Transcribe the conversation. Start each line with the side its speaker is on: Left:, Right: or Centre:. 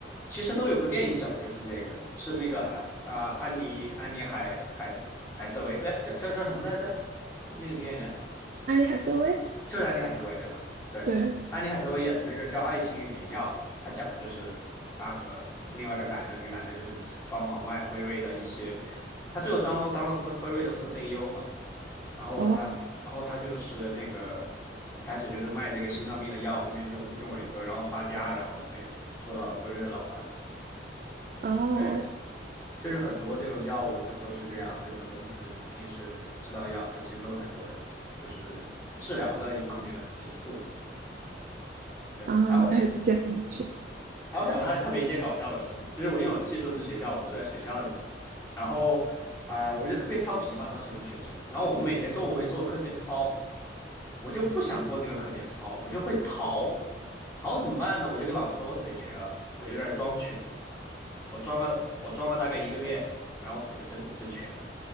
Left: 其实都有部电影讲的就是这个，是那个安啊、安妮安妮海海海瑟薇，对，叫叫叫什么来着？那个女演员。
Right: 艾利海瑟薇？
Left: 就是安妮海瑟薇对吧？对，
Right: 对，
Left: 安妮海瑟薇演的那个叫《爱情与灵药》，她讲的就是她和另外一个男的，那个男的就是帮忙卖辉瑞的一些，他最后当了当了辉辉瑞的副 CEO 嘛，然后他然后他就是那个一开始就是卖这个心脏病的药，
Right: 哦
Left: 后面用用伟哥，然后发家，然后对做到了辉瑞的老板，
Right: 哦
Left: 对。就是很多这种药物，它都是这样，有很多你可能平时吃到药，它其实都是很多就是治疗的一方面的一些作用。对啊，
Right: 啊，
Left: 我想。
Right: 哎，这样去
Left: 然后我小时候还特别一件搞笑的事情，就是我因为我寄宿制学校，我住在学校里，然后啊、我就特别调皮嘛，当时那个学生。然后我们每天中午会做课间操，我就不想做那个课间操，我就会逃。逃怎么办呢？我就跟老师说我腿瘸了，我就在那儿装瘸，我装了我装了大概一个月，然后腿就真真瘸了。